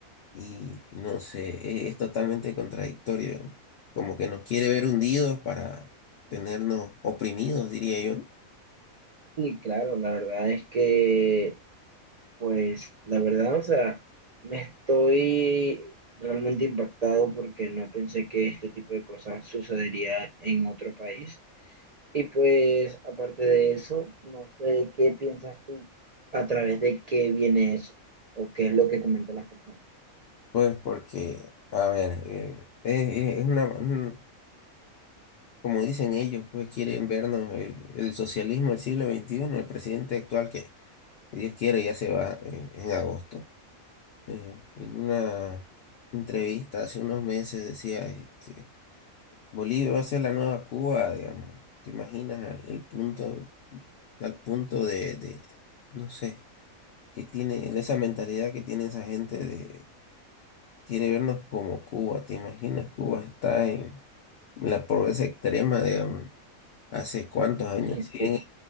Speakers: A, on the left (about 65°); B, on the right (about 75°).
A: y no sé, e- es, totalmente contradictorio. Como que nos quiere ver hundidos para tenernos oprimidos, diría yo.
B: Y claro, la verdad es que, pues, la verdad, o sea, me estoy realmente impactado porque no pensé que este tipo de cosas sucedería en otro país. Y pues, aparte de eso, no sé qué piensas tú a través de qué viene eso o qué es lo que comentan las personas.
A: Pues porque, a ver, eh, es, es- es una, un- como dicen ellos, pues quieren vernos el, el socialismo del siglo XXI, el presidente actual que si Dios quiere, ya se va en, en agosto. Eh, en una entrevista hace unos meses decía, este, Bolivia va a ser la nueva Cuba, digamos. ¿Te imaginas al- el punto, al punto de, de, no sé, que tiene, esa mentalidad que tiene esa gente de, quiere vernos como Cuba, ¿te imaginas? Cuba está en la pobreza extrema, digamos, hace cuántos años.
B: Sí,
A: Sí,
B: sí,